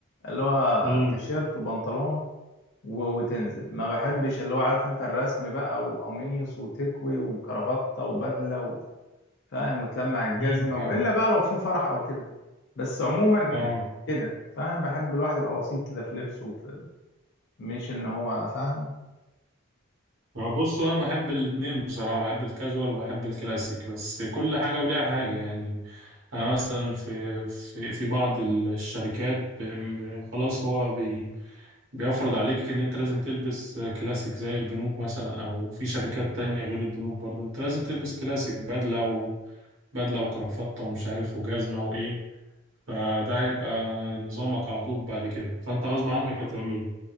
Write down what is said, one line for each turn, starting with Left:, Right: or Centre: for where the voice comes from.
Left: اللي هو
Right: امم
Left: تيشيرت وبنطلون و- وتنزل ما بحبش اللي هو عارف انت الرسم بقى وقميص وتكوي وكرافتة وبدلة و- فاهم وتلمع الجزمة
Right: أيوة.
Left: والا بقى لو في فرح او كده بس عموما
Right: اه
Left: كده فاهم بحب الواحد يبقى بسيط كده في لبسه وفي مش ان هو فاهم
Right: ما بص انا بحب الاتنين بصراحه بحب الكاجوال وبحب الكلاسيك بس كل حاجه وليها حاجه يعني انا مثلا في في في بعض الشركات ب- ب- خلاص هو بي بيفرض عليك ان انت لازم تلبس كلاسيك زي البنوك مثلا او في شركات تانية غير البنوك برضو انت لازم تلبس كلاسيك بدله وبدله وكرافطه ومش عارف وجزمه وايه فده هيبقى نظامك على طول بعد كده فانت غصب عنك هتعمله